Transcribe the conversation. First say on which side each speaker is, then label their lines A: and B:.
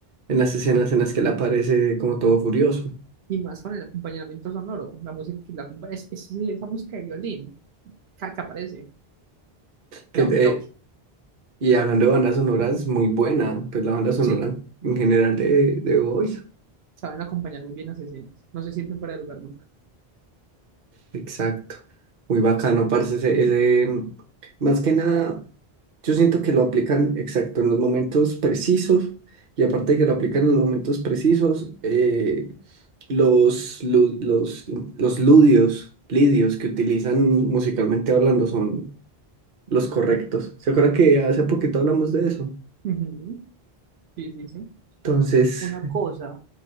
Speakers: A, on the right; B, on the right.
A: en las escenas en las que él aparece como todo furioso.
B: Y más con el acompañamiento sonoro, la música que la acompa- es, es- es esa música de violín cada que aparece,
A: Que,
B: le da
A: eh,
B: un toque.
A: Y hablando de bandas sonoras, muy buena, pues la banda sonora
B: Sí,
A: en general de, de Boys.
B: saben acompañar muy bien las escenas. No se sienten fuera de lugar nunca.
A: Exacto. Muy bacano, parce, ese, ese, mm, más que nada, yo siento que lo aplican exacto en los momentos precisos, y aparte de que lo aplican en los momentos precisos, eh, los, lu- los, los ludios, lidios que utilizan musicalmente hablando son los correctos. ¿Se acuerda que hace poquito hablamos de eso?
B: Ujú, Sí, sí, sí.
A: Entonces,
B: Una cosa,